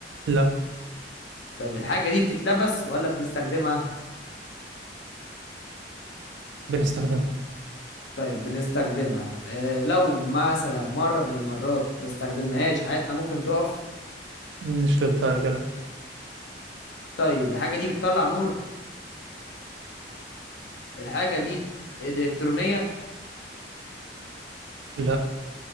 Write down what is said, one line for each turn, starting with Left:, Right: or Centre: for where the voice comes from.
Right: لا
Left: طب الحاجة دي بتتلبس ولا بنستخدمها
Right: بنستخدمها
Left: طيب بنستخدمها آه لو مثلا مرة من المرات ما استخدمناهاش حياتنا ممكن تقف
Right: مش للدرجة لا
Left: طيب الحاجة دي بتطلع نور الحاجة دي إلكترونية
Right: لا